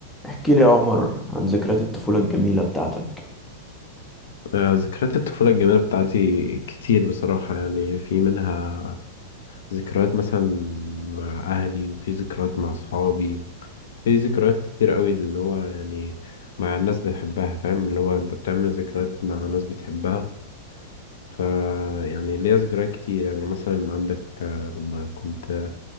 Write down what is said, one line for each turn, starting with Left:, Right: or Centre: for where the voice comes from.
Centre: احكي لي يا عمر عن ذكريات الطفولة الجميلة بتاعتك
Left: آه، ذكريات الطفولة الجميلة بتاعتي كتير بصراحة يعني في منها ذكريات مثلا مع أهلي وفي ذكريات مع صحابي في ذكريات كتير قوي اللي هو يعني مع الناس بتحبها فاهم اللي هو أنت بتعمل ذكريات مع ناس بتحبها ف يعني ليا ذكريات كتير يعني مثلا عندك آه، لما كنت